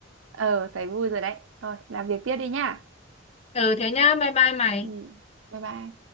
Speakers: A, on the right; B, on the left.
A: ờ thấy vui rồi đấy thôi làm việc tiếp đi nhá
B: Ừ thế nhá bye bye mày
A: ừ bye bye